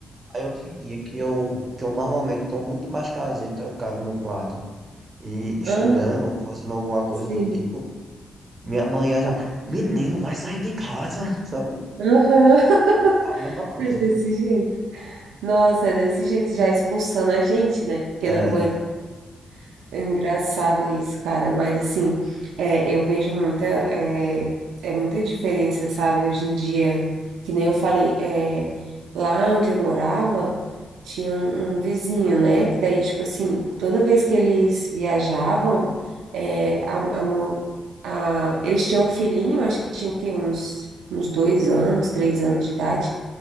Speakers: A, on the right; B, on the right.
A: aí eu tinha que eu, que eu normalmente estou muito mais caseiro, trancado no quarto e estudando,
B: Aham,
A: ou fazendo alguma coisa
B: sim.
A: do tipo. Minha mãe ia já, menino, vai sair de casa, <laughs> sabe?
B: Aham, <laughs>
A: A mesma coisa.
B: é desse jeito. Nossa, é desse jeito, já expulsando a gente, né? Que
A: É.
B: não aguenta. É engraçado isso, cara, mas assim, é, eu vejo muita, é, é muita diferença, sabe? Hoje em dia, que nem eu falei, é, lá onde eu morava, tinha um, um vizinho, né? Que daí, tipo assim, toda vez que eles viajavam, é, a, a, mo- a- eles tinham um filhinho, acho que tinha o quê? Uns, uns dois anos, três anos de idade,